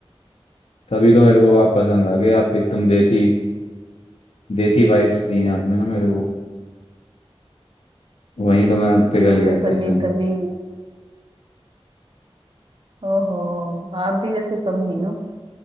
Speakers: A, on the left (about 85°); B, on the right (about 55°).
A: तभी तो मेरे को आप पसंद आ गए आप तो एकदम देसी देसी वाइब्स दी ना आपने ना मेरे को वहीं तो मैं पिघल
B: हाँ
A: गया था
B: तभी
A: एकदम
B: तभी ओहो आप भी वैसे कम नहीं हो